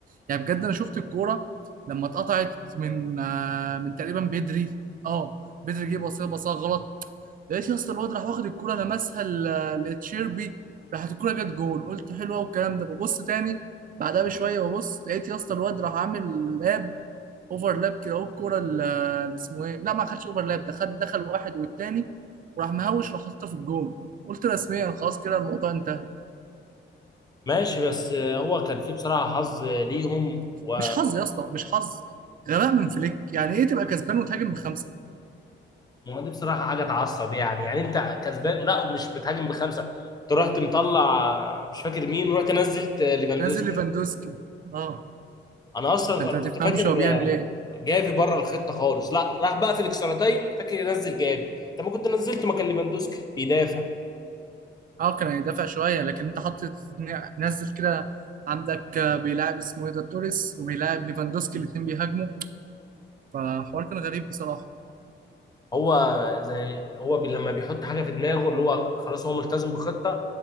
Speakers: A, on the right (about 45°); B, on the left (about 20°).
A: يعني بجد انا شفت الكوره لما اتقطعت من آه، من تقريبا بدري اه بدري جه بصيها بصيها غلط لقيت يا اسطى الواد راح واخد الكوره لمسها ل- لتشيربي راحت الكوره جت جول قلت حلوه والكلام ده ببص تاني بعدها بشويه ببص لقيت يا اسطى الواد راح عامل لاب اوفرلاب كده اهو الكوره اللي اسمه ايه لا ما خدش اوفرلاب ده خد دخل واحد والتاني وراح مهوش راح حاططها في الجون قلت رسميا خلاص كده الموضوع انتهى
B: ماشي بس هو كان في بصراحه حظ ليهم وما
A: مش حظ يا اسطى مش حظ غباء من فليك يعني ايه تبقى كسبان وتهاجم بخمسه
B: دي بصراحه حاجه تعصب يعني يعني انت كسبان لا ومش بتهاجم بخمسه انت رحت مطلع مش فاكر مين ورحت نزلت ليفاندوسكي
A: نازل ليفاندوسكي اه
B: انا اصلا
A: فانت
B: انا
A: ما
B: كنت
A: تفهمش
B: فاكر
A: هو بيعمل ايه
B: جافي بره الخطه خالص لا راح بقى في الاكسترا تايم فاكر ينزل جافي انت ما كنت نزلت مكان ليفاندوسكي بيدافع
A: اه كان هيدافع شويه لكن انت حطيت نزل كده عندك آه، بيلاعب اسمه ايه ده توريس وبيلاعب ليفاندوسكي الاثنين بيهاجموا فحوار كان غريب بصراحه
B: هو زي هو بي لما بيحط حاجه في دماغه ان هو خلاص هو ملتزم بخطه